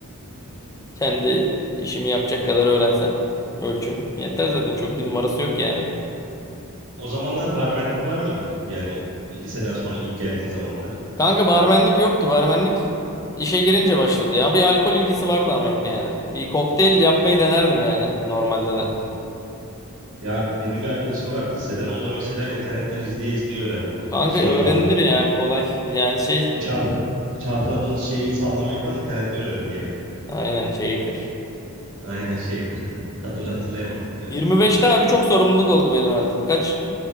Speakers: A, on the left; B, on the right.
A: kendi işimi yapacak kadar öğrensem. Ölçüm. Yeter zaten. Çok bir numarası yok yani.
B: O zamanlar barmenlik var mıydı peki? Yani e, liseden sonra ilk geldiğin zamanlar.
A: Kanka barmenlik yoktu. Barmenlik işe girince başladı ya. Bir alkol ilgisi vardı ama hep yani. Bir kokteyl yapmayı denerdim yani normalde de.
B: Ya benim bir arkadaşım vardı liseden. O da mesela internetten izleye izleye öğrendik o
A: Kanka
B: şeyi
A: öğrenilir
B: falan.
A: ya kolay. Yani şey
B: Bu çalk çalkaladığınız şeyi sallamayı falan internetten öğrendi yani.
A: aynen shaker.
B: Aynen shaker. <laughs> Adını hatırlayamadım
A: 25'te abi çok sorumluluk oldu benim artık. Kaç